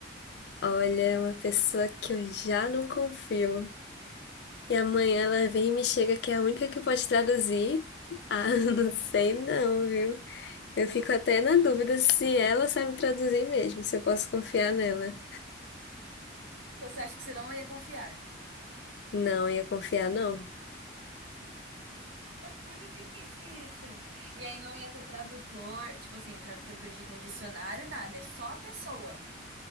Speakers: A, on the left; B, on the right.
A: Olha, é uma pessoa que eu já não confio. E amanhã ela vem e me chega que é a única que pode traduzir. Ah, <laughs> não sei não, viu? Eu fico até na
B: Hum.
A: dúvida se ela sabe traduzir mesmo, se eu posso confiar nela.
B: Então você acha que você não ia confiar?
A: Não, ia confiar não.
B: Muito difícil isso. E aí não ia ter tradutor, tipo assim, tradutor que eu digo um dicionário, nada, é só a pessoa.